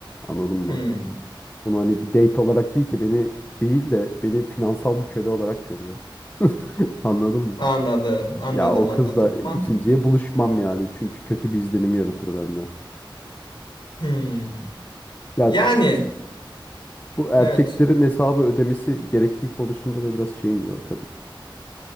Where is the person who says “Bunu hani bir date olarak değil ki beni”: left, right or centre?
Left